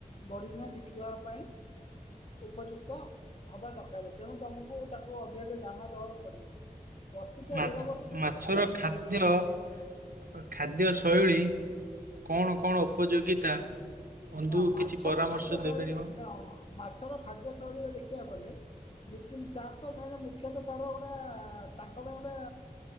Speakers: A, on the left; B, on the right.
A: ବଢ଼ିକିନା ବିକ୍ରି ହେବା ପାଇଁ। ଉପଯୁକ୍ତ ହବା ଦରକାରେ ତେଣୁ ତମୁକୁ ତାଙ୍କୁ ଅଧିକ ଟିକେ ଦାନା ଦେବାକୁ ପଡିବ। ବର୍ଷିକିଆ
B: ମା
A: ଦେଢ଼ ବ
B: ମାଛର ଖାଦ୍ୟ। ବା ଖାଦ୍ୟଶୈଳୀ କଣ କଣ ଉପଯୋଗିତା। ବନ୍ଧୁ
A: ଦେଖ ମାଛର
B: କିଛି ପରାମର୍ଶ
A: ଖାଦ୍ୟ
B: ଦେଇପାରିବ?
A: ଶୈଳୀ ମାନେ ମାଛର ଖାଦ୍ୟ ଶୈଳୀରେ ଦେଖିବାକୁ ଗଲେ। ନୀତିନ ତାର ତ ମ ମୁଖ୍ୟତଃ ତାର ଗୋଟେ ତାଙ୍କ ପାଇଁ ଗୋଟେ।